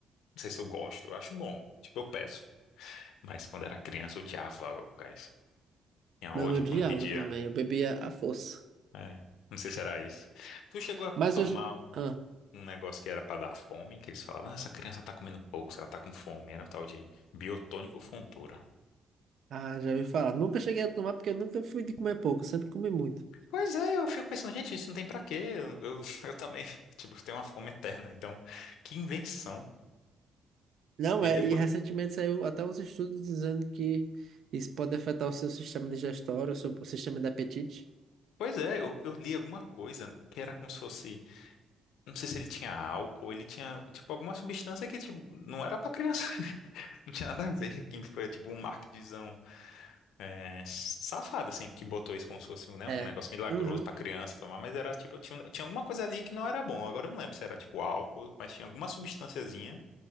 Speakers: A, on the left; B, on the right.
A: sei se eu gosto, eu acho bom. Tipo, eu peço. Mas quando era criança, eu odiava água com gás. Tinha ódio
B: Não, eu odiava
A: quando pedia.
B: também. Eu bebia à força.
A: É. Não sei se era isso. Tu chegou a
B: Mas
A: tomar
B: hoje. Ah,
A: um negócio que era para dar fome, que eles falavam, "Ah, essa criança tá comendo pouco, se ela tá com fome, era o tal de biotônico fontura.
B: ah, já ouvi falar. Nunca cheguei a tomar porque eu nunca fui de comer pouco. Sempre comi muito.
A: Pois é, eu fico pensando, gente, isso não tem pra quê? Eu, eu, <laughs> eu também, tipo, eu tenho uma fome eterna, então, que invenção.
B: Não
A: E
B: é,
A: depois,
B: e recentemente saiu até uns estudos dizendo que isso pode afetar o seu sistema digestório, o seu o sistema de apetite.
A: pois é, eu, eu li alguma coisa que era como se fosse, não sei se ele tinha álcool, ele tinha, tipo, alguma substância que, tipo, não era pra criança, <laughs> não tinha nada a ver, que foi, tipo, um marketingzão É safado, assim, que botou isso como se fosse, né,
B: É.
A: um negócio milagroso
B: Uhum.
A: pra criança tomar, mas era tipo, tinha, um, tinha alguma coisa ali que não era bom. Agora eu não lembro se era tipo álcool, mas tinha alguma substânciazinha